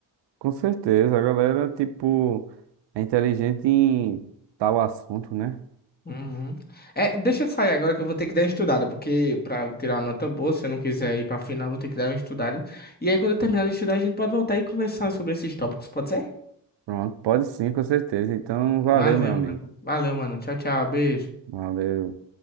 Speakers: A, on the right; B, on the left.
A: com certeza, a galera, tipo, é inteligente em tal assunto, né?
B: Uhum. É, deixa eu sair agora que eu vou ter que dar uma estudada, porque pra eu tirar uma nota boa, se eu não quiser ir pra final, eu vou ter que dar uma estudada. E aí, quando eu terminar de estudar, a gente pode voltar e conversar sobre esses tópicos, pode ser?
A: Pronto, pode sim, com certeza. Então, valeu,
B: Valeu,
A: meu amigo.
B: mano. Valeu, mano. Tchau, tchau. Beijo.
A: Valeu.